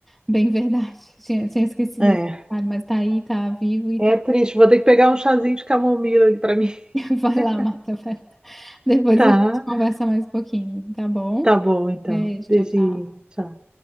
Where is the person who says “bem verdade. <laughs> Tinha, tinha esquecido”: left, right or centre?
Centre